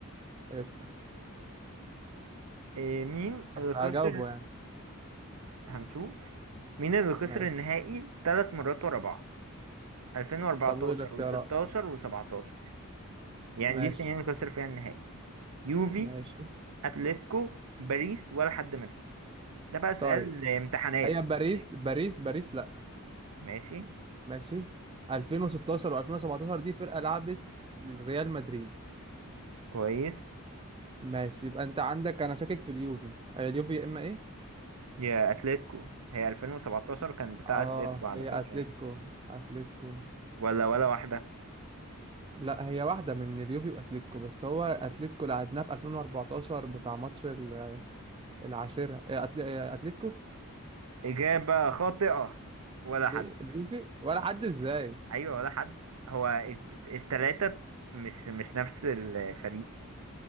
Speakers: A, on the right; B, on the right.
A: اسأل
B: إيه مين
A: بس
B: اللي خسر
A: هجاوبه يعني
B: هنشوف مين اللي خسر
A: ماشي
B: النهائي ثلاث مرات ورا بعض 2014
A: طب قول الاختيارات
B: و16 و17 يعني
A: ماشي
B: دي السنين اللي خسر فيها النهائي يوفي
A: ماشي
B: اتلتيكو باريس ولا حد منهم ده بقى سؤال
A: طيب
B: امتحانات
A: هي باريس باريس باريس لا
B: ماشي
A: ماشي 2016 و2017 دي فرقة لعبت ريال مدريد
B: كويس
A: ماشي يبقى انت عندك انا شاكك في اليوفي هي اليوفي يا اما ايه
B: يا اتلتيكو هي 2017 كان بتاع
A: اه
B: اتلتيكو على
A: هي
B: فكرة
A: اتلتيكو
B: يعني
A: اتلتيكو
B: ولا ولا واحدة
A: لا هي واحدة من اليوفي واتلتيكو بس هو اتلتيكو لعبناه في 2014 بتاع ماتش ال- العاشرة إيه، أتل- إيه، اتلتيكو
B: إجابة خاطئة ولا
A: ب-
B: حد
A: اليوفي ولا حد ازاي
B: ايوه ولا حد هو الت- التلاتة مش مش نفس الفريق